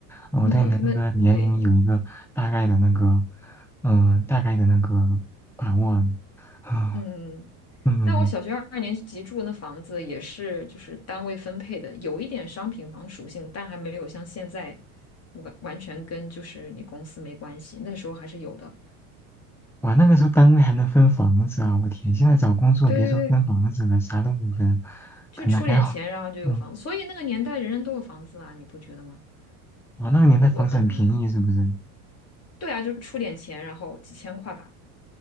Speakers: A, in the centre; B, on the left.
A: 呃我对你的那个年龄有一个大概的那个，
B: 嗯，那对，
A: 嗯、大概的那个把握了。啊，
B: 嗯，
A: 嗯，
B: 但我小学二二年级住的那房子也是就是单位分配的，
A: 嗯
B: 有一点商品房属性，但还没有像现在完完全跟就是你公司没关系，那时候还是有的。
A: 哇，那个时候单位还能分房子啊！我天，现在找工作别说分房子了，
B: 对对对，
A: 啥都不分，
B: 就出点钱，
A: 可能还好。
B: 然后就有房子，
A: 嗯，
B: 所以那个年代人人都有房子啊，你不觉得吗？
A: 哇，那个年代房子很便宜，
B: 也不会很难啊。
A: 是不是？
B: 对啊，就是出点钱，然后几千块吧。